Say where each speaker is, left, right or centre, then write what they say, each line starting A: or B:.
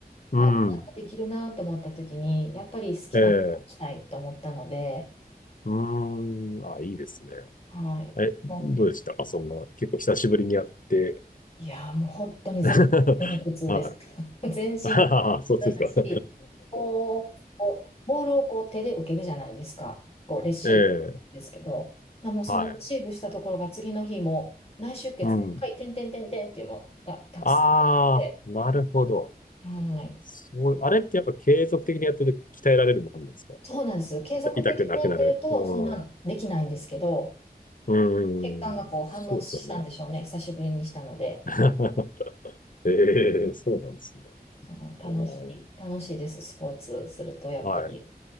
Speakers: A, on the left; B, on the left.
A: うん。
B: あ、なんかできるなと思った時に、やっぱり好きなことをしたいと思ったので、
A: ええ。うーん、あ、いいですね。
B: はい。
A: え、
B: も
A: どうでしたかそんな、結構久しぶりにやって。
B: う、いやー、もう本当に全身筋肉痛です。
A: <laughs> は
B: <laughs> 全身
A: い。<laughs> ああそうですか。
B: 痛いし、
A: <laughs>
B: こう、こうボールをこう手で受けるじゃないですか。こうレシーブですけど、
A: ええ、
B: あもうそのレシーブしたところが次の日も内出血で赤い点点点点っていうのがたくさんできてて、
A: はい。うん。ああ、なるほど。
B: はい。
A: そう、あれってやっぱ継続的にやってると鍛えられるもんなんですか
B: そうなんです。継続的にやってるとそんなのできないんですけど、
A: 痛、痛くなくなる。うん。うーん。
B: 血管がこう反応したんでしょうね。
A: そうですよね。
B: 久しぶりにしたので。
A: <laughs> ええそうなんですね。
B: そう、楽しい、
A: うん
B: 楽しいです。スポーツするとやっぱり。
A: はい。